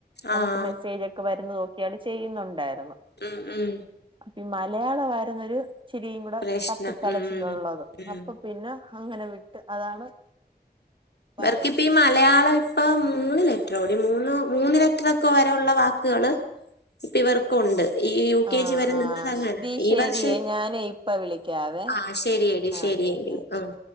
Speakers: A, on the left (about 90°); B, on the right (about 30°).
A: ആഹ്
B: നമുക്ക് മെസ്സേജൊക്കെ വരുന്നേ നോക്കിയാണ് ചെയ്യുന്നുണ്ടായിരുന്നു
A: ഉം ഉം
B: അപ്പ ഈ മലയാളവായിരുന്നൊരു ഇച്ചിരിയും കൂടെ
A: പ്രശ്നം
B: തപ്പിത്തടച്ചിലൊള്ളത്
A: ഉം ഉം
B: അപ്പൊ പിന്നെ അങ്ങനെ വിട്ട് അതാണ്
A: ഇവർക്കിപ്പ
B: വായിച്ചത്
A: ഈ മലയാളം ഇപ്പ മൂന്ന് ലെറ്ററോടി മൂന്ന് മൂന്ന് ലെ റ്ററൊക്കെ വരെ ഒള്ള വാക്കുകള് ഇപ്പ ഇവർക്കുണ്ട് ഈ യു കെ
B: ആ
A: ജി വരെ നിന്നത്
B: ആ
A: അങ്ങനാ
B: ദീ
A: ഈ
B: ശരിയേ
A: വർഷം
B: ഞാനേ ഇപ്പ വിളിക്കാവേ
A: ആഹ് ശരിയെടി
B: ആ
A: ശരിയെങ്കില്
B: ശരിയേ
A: ആഹ്